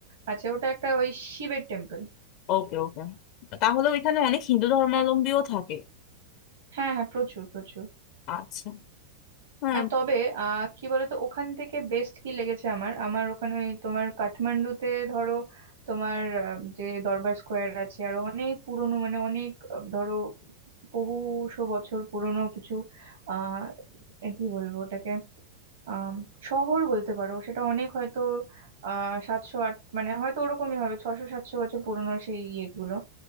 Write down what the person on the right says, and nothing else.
আছে ওটা একটা ওই শিবের টেম্পল
হ্যাঁ হ্যাঁ প্রচুর প্রচুর
আর তবে আহ কি বলতো ওখান থেকে বেস্ট কি লেগেছে আমার আমার ওখানে ওই তোমার কাঠমান্ডুতে ধরো তোমার আহ, যে দরবার স্কোয়ার আছে আর অনেক পুরনো মানে অনেক আহ, ধরো বহুশো বছর পুরনো কিছু আহ এ কি বলবো ওটাকে আহ শহর বলতে পারো সেটা অনেক হয়তো আহ সাতশো আট মানে হয়তো ওরকমই হবে ছশো সাতশো বছর পুরনো সেই ইয়েগুলো